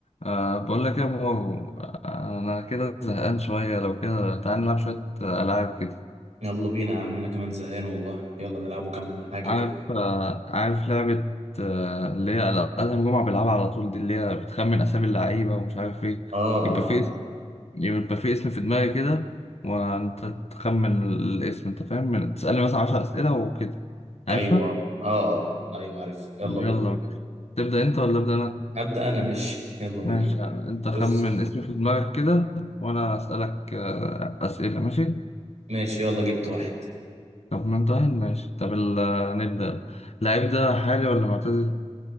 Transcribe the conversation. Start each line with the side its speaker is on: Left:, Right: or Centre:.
Left: أه بقول لك يا مو أنا كده زهقان شوية لو كده تعالى نلعب شوية آه، ألعاب كده
Right: يلا بينا يا عم انا كمان زهقان والله يلا نلعبوا كام حاجة
Left: عارف
Right: كده
Left: أه عارف لعبة آه، اللي هي أدهم جمعة بيلعبها على طول دي اللي هي بتخمن أسامي اللعيبة ومش عارف إيه
Right: اه
Left: يبقى
Right: اه
Left: في
Right: عارف
Left: اسم يبقى في اسم في دماغي كده وأنت تخمن الاسم أنت فاهم من- تسألني مثلا عشر أسئلة وكده
Right: ايوه
Left: عارفها؟
Right: اه اه ايوه عارف يلا
Left: يلا
Right: بينا
Left: تبدأ أنت ولا أبدأ أنا؟
Right: هبدأ انا ماشي يلا بينا
Left: ماشي أنت خمن
Right: بص
Left: اسم في دماغك كده وأنا أسألك آه، أسئلة ماشي؟
Right: ماشي يلا جبت واحد
Left: طب ما انت واحد ماشي طب ال- نبدأ اللعيب ده حالي ولا معتزل؟